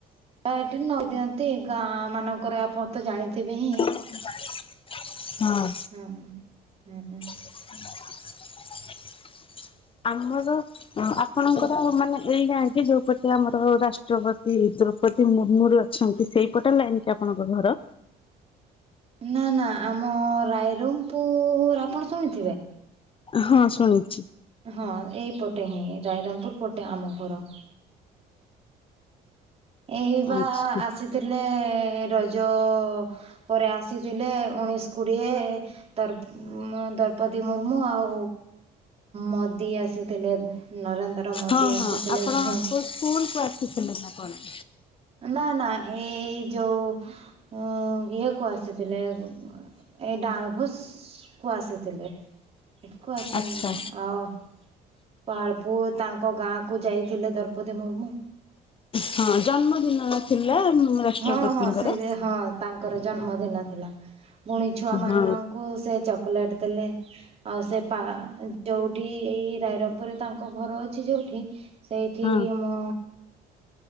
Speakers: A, on the right (about 35°); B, on the left (about 30°).
A: ବା ଏଠି ନଈଦିଅନ୍ତି ଗାଁ ମାନଙ୍କରେ ଆପଣ ତ ଜାଣିଥିବେ ହିଁ।
B: <unintelligible> ହଁ।
A: ହଁ ହଁ ହଁ।
B: <inaudible> ଆମର। ଆପଣଙ୍କର ମାନେ ଏଇ ଗାଁ କି ଯୋଉପଟେ ଆମର ରାଷ୍ଟ୍ରପତି ଦ୍ରୋ ପତି ମୁର୍ମୁରୁ ଅଛନ୍ତି ସେଇପଟେ ଲାଇନ କି ଆପଣଙ୍କ ଘର?
A: ନା ନା ଆମ ରାଇରଙ୍ଗପୁର ଆପଣ ଶୁଣିଥିବେ।
B: ହଁ ଶୁଣୁଛି।
A: ହଁ ଏଇପଟେ ହିଁ ରାଇରଙ୍ଗପୁର ପଟେ ଆମ ଘର। ଏ ବା
B: ଆଚ୍ଛା
A: ଆସି ଥିଲେ ରଜ ପରେ ଆସିଥିଲେ ଉଣେଇଶ କୁଡ଼ିଏ। ଦର୍ପ ମାନେ ଦ୍ରପଦୀ ମୁ ର୍ମୁ ଆଉ ମୋଦି ଆସିଥିଲେ ନରେନ୍ଦ୍ର। ମୋଦି
B: ହଁ ହଁ
A: ଆସିଥିଲେ
B: ଆପଣ
A: ଯୋଉ
B: କୋଉ ସ୍କୁଲକୁ ଆସିଥିଲେ ନା କଣ।
A: ନା ନା ଏଇ ଯୋଉ ଉଁ ଇଏ କୁ ଆସିଥିଲେ। ଏ ଡାଣଭୋଜ କୁ ଆସିଥିଲେ ଏକୁ ଆସିନାଇଁ
B: ଆଚ୍ଛା
A: ଆଉ। ପାହାଳପୁର ତାଙ୍କ ଗାଁ କୁ ଯାଇଥିଲେ ଦ୍ରୌପଦୀ ମୁର୍ମୁ।
B: ହଁ ଜନ୍ମଦିନ ଥିଲା ରାଷ୍ଟ୍ରପତିଙ୍କର।
A: ହଁ ହଁ ସେଇ ହଁ ତାଙ୍କର ଜନ୍ମଦିନ ଥିଲା ମୁଣି ଛୁଆମାନଙ୍କୁ
B: ହଁ
A: ସେ ଚକଲେଟ୍ ଦେଲେ। ଆଉ ସେ ପା ଯୋଉଠି ଏଇ ରାଇରଙ୍ଗପୁରରେ ତାଙ୍କ ଘର ଅଛି ଯୋଉଠି। ସେଇଠିକି
B: ହଁ
A: ମୁଁ